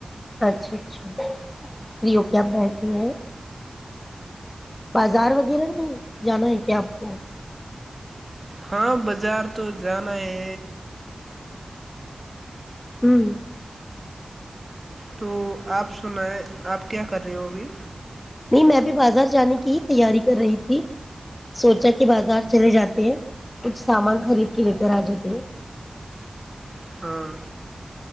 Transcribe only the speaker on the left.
اچھا اچھا پریو کیاپ بیٹھے ہیں بازار وغیرہ نہیں جانا ہے کیا آپ کو
ہوں
نہیں میں بھی بازار جانے کی ہی تیاری کر رہی تھی سوچا کہ بازار چلے جاتے ہیں کچھ سامان خرید کے لے کر آ جاتے ہیں